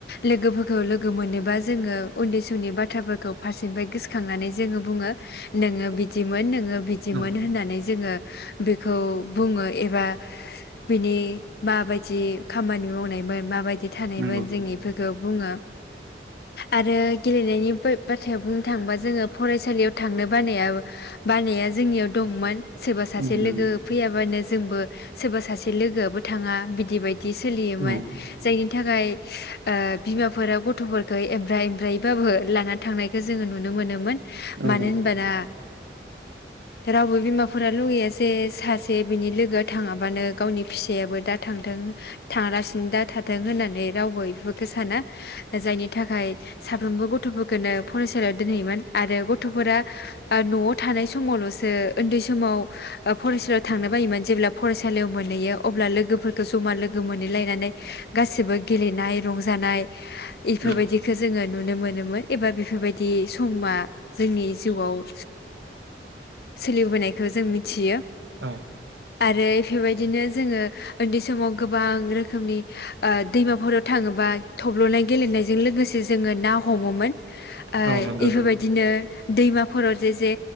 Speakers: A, on the left; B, on the right.
A: लोगोफोरखौ लोगो मोनोबा जोङो उन्दै समनि बाथ्राफोरखौ फारसेनिफ्राय गोसखांनानै जोङो बुङो नोङो बिदिमोन नोङो बिदिमोन
B: औ
A: होननानै जोङो बेखौ बुङो एबा बिनि माबायदि खामानि मावनायमोन माबायदि थानायमोन
B: नंगौ औ
A: जों इफोर खौ बुङो आरो गेलेनायनि बा-बाथायाव बुंनो थाङोबा जोङो फरायसालियाव थांनो बानाया बानाया जोंनियाव दंमोन। सोरबा सासे
B: औ नंगौ
A: लोगो फैयाबानो जोंबो सोरबा सासे लोगोआबो थाङा बिदि बायदि दि सोलियोमोन
B: औ
A: जायनि बिनि थाखाय ओ बिमाफोरा गथ'फोरखौ एमब्रा एमब्रायैबाबो लानानै थांनायखौ जोङो नुनो मोनोमोन।
B: औ
A: मानो होनबाना ओ रावबो बिमाफोरा लुगैया जे सासे बिनि लोगोआ थाङाबानो गावनि फिसायाबो दा थांथों थाङालासिनो दा थाथों होननानै रावबो बेफोरखौ साना जायनि थाखाय साफ्रोमबो गथ'फोरखौनो फरायसालियाव दोनहैयोमोन आरो गथ गथ'फोरा ओ न' थानाय समावल'सो ओ ओन्दै समाव ओ फरायसालियाव थांनो बायोमोन जेब्ला फरायसालियाव मोनहैयो अब्ला लोगोफोरखौ जमा लोगो मोनहैलायनानै गासिबो गेलेनाय रंजानाय इफोरबायदिखो
B: औ
A: जोङो नुनो मोनोमोन एबा बेफोरबायदि स'मा जोंनि जिउआव ओ सोलिबोनायखो जों मिथियो
B: औ
A: आरो बेबायदिनो जोङो उन्दै समाव गोबां रोखोमनि ओ दैमाफोराव थाङोबा थब्ल'नाय गेलेनायजों लोगोसे जोङो ना हमोमोन ओ
B: औ नंगौ
A: इफोरबायदिनो
B: नंगौ औ
A: दैमाफोराव जे जे